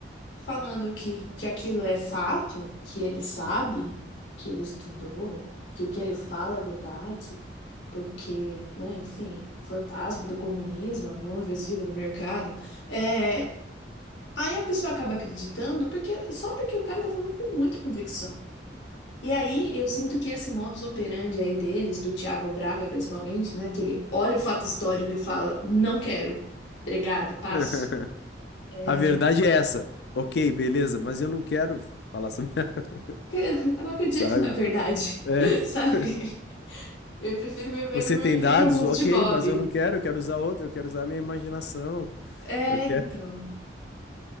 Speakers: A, on the left; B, on the left.
A: falando que, que aquilo é fato, que ele sabe,
B: Uhum.
A: que ele estudou, que o que ele fala é verdade, porque, né, enfim, o fantasma do comunismo, a mão invisível do mercado. É, aí a pessoa acaba acreditando porque só porque o cara tá falando com muita convicção. E aí, eu sinto que esse modus operandi aí deles, do Thiago Braga principalmente, né? Que ele olha o fato histórico e fala, não quero, obrigado, passo.
B: <laughs>
A: É...
B: A verdade
A: <laughs>
B: é essa. Ok, beleza, mas eu não quero falar sobre, <laughs>
A: Eu não acredito
B: sabe?
A: na verdade,
B: É.
A: <laughs> sabe?
B: <laughs>
A: Eu prefiro viver
B: Você
A: no meu
B: tem
A: incrível
B: dados?
A: mundo
B: Ok,
A: de Bob.
B: mas eu não quero, eu quero usar outro, eu quero usar a minha imaginação.
A: É,
B: Eu
A: então.